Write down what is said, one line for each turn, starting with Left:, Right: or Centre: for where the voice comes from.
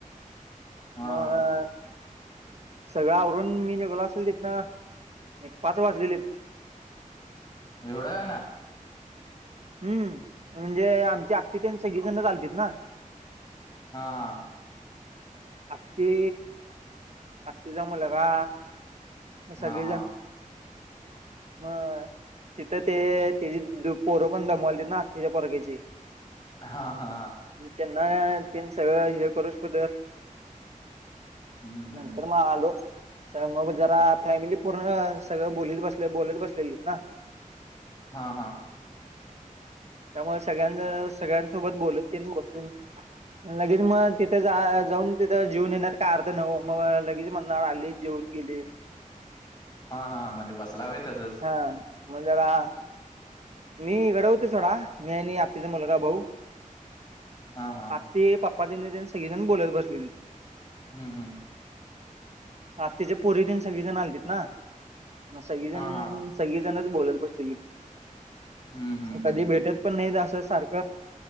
Left: हा
Right: मग
Left: हा
Right: सगळं आवरून मी निेघलो असेल तिथनं, एक पाच वाजलेले.
Left: म येवडा गाणं
Right: हम्म, म्हणजे आमची आत्ती तेन सगळीजण चालतेत ना,
Left: हा हा,
Right: आत्ती आत्ती चा मुलगा
Left: हा
Right: सगळेजण
Left: हा
Right: मग तिथं ते <unintelligible> पोरं पण दमवली आत्ती पोरग्याची.
Left: हा हा,
Right: मी त्यांना तेन सगळं हे करू ठेवलं.
Left: हम् हम,
Right: नंतर मा आलो. त मग जरा फॅमिली पूर्ण सगळं बोलीत बसले, बोलत बसलेलीत ना
Left: हा हा,
Right: त्यामुळे संगळ्याज सगळ्यांसोबत बोलत तेन बसून लगेच मग तिथे जा जाऊन तिथं जेवून येेण्यात काय अर्थ <unintelligible> मग लगेच म्हणणार आले. जेवून गेले.
Left: हा हां, म्हणजे बसला व्हय तसंस
Right: ह, मग जरा मी इकडे होते सोडा, मी आणि आत्तीचा मुलगा, भाऊ
Left: हा हा,
Right: ते पप्पा त्यांनी त्यांनी सगळेजण बोलत बसलेली.
Left: हम्म हम्,
Right: आत्तेच्या पोरी देन सगळीजण आलतीत ना, म सगळीजण
Left: हा हा
Right: सगळीजणच बोलत बसलेली.
Left: हम्म हम्म
Right: कधी
Left: हम्म
Right: भेटत पण नाही जास्त सारखं